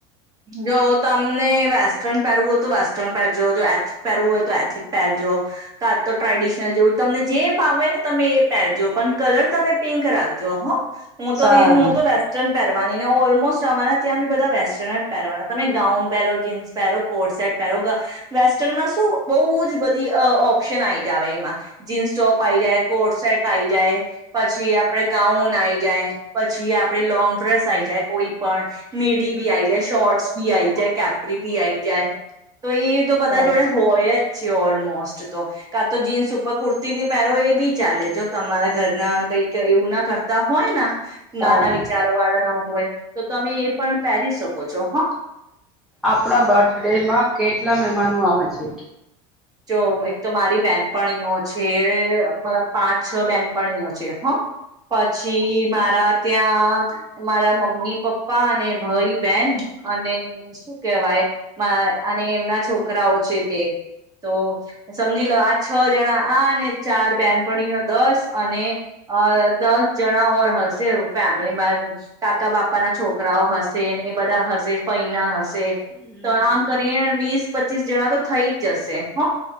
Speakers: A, on the right; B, in the centre.
A: જો તમને વેસ્ટર્ન પહેરવું હ તો વેસ્ટર્ન પહેરજો જો એથિક પહેરવું હોય તો એથિક પહેરજો. તો ટ્રેડિશનલ જેવું તમને જે ભાવવે ને તમે એ પહેરજો પણ કલર તમે પિંક રાખજો હ હું
B: સારું
A: તો હું તો વેસ્ટર્ન. પહેરવાની ને ઓલમોસ્ટ અમારા ત્યાં બી બધા વેસ્ટર્ન. પહેરવાના તમે ગાઉન પહેરો જીન્સ પહેરો કોટ સર્ટ પહેરો વેસ્ટર્નમાં. બહુ જ બધી ઓપ્શન આવી જ આવે એમાં જીન્સ ટોપ આવી જાય કોટ સેટ આઈ જાય પછી આપડે ગાઉન આઈ જાય પછી આપડે લોંગ ડ્રેસ આઈ જાય કોઈ પણ મેડી બી આ શોર્ટસ આઈ જ કેપરી ભી આઈ જાય. તો ઈ તો બધા
B: સારું
A: જોડે હોય જ. <unintelligible> ઓલમોસ્ટ તો કા તો જીન્સ ઉપર કુર્તી બી પહેરો એ બી ચાલે જો તમારા ઘરના કઈક એવું ના કરતા હોય ન
B: સારું
A: નાના વિચારો વાળા ના હોય તો તમે એ પણ પહેરી શકો. ક છો હ.
B: આપણા બર્થ ડે માં કેટલા મહેમાનો આવે છે.
A: જો એક તો મારી બેનપણીઓ છે મતલબ પાંચ છ બેનપણીઓ છે હ. પછી મારા ત્યાં મારા મમ્મી પપ્પા પપ્પા અને ભાઈ બેહેન અને શું કેવાય અને એમના છોકરાઓ છે, બે તો સમજી લો આ છ જણા આ અને ચાર બેનપણીઓ દસ અને દસ જણા ઓર હશે ફેમિલીમાં કાકા બાપાના છોકરાઓ હશે ને એ બધા હશે ફૈના હશે
B: હમ
A: તો આમ કરી વીસ પચીસ જણા તો થઈ જ જશે. હ